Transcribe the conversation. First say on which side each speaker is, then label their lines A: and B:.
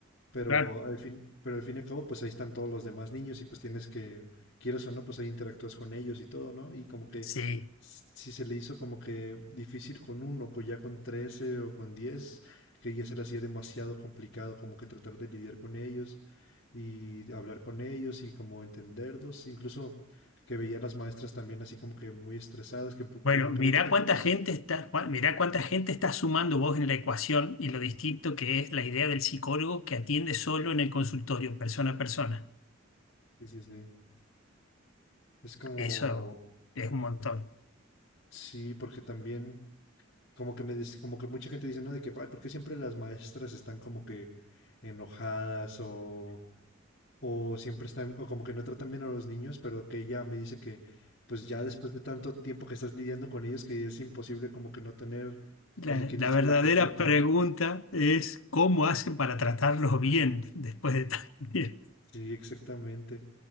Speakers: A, on the left; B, on the left.
A: pero
B: Claro.
A: al fin, pero al fin y al cabo, pues ahí están todos los demás niños y pues tienes que, quieras o no, pues ahí interactúas con ellos y todo, ¿no? Y como que
B: Sí.
A: s- si se le hizo como que difícil con uno, con ya con 13 o con diez que ya se le hacía demasiado complicado como que tratar de lidiar con ellos y hablar con ellos y como entenderlos, incluso que veía a las maestras también así como que muy estresadas, que pu-
B: Bueno,
A: como
B: mirá
A: que mucha gente
B: cuánta
A: dice,
B: gente está, Juan, mirá cuánta gente está sumando vos en la ecuación y lo distinto que es la idea del psicólogo que atiende solo en el consultorio, persona a persona.
A: sí, sí, sí. Es como,
B: Eso es un montón.
A: sí, porque también... como que me des- como que mucha gente dice, ¿no? De que, ay, ¿por qué siempre las maestras están como que enojadas o, o siempre están o como que no tratan bien a los niños? Pero que ella me dice que, pues ya después de tanto tiempo que estás lidiando con ellos, que es imposible como que no tener,
B: La,
A: como quien
B: la
A: dice,
B: verdadera
A: la jetota,
B: pregunta
A: ¿no?
B: es cómo hacen para tratarlos bien después de tanto tiempo.
A: Sí, exactamente.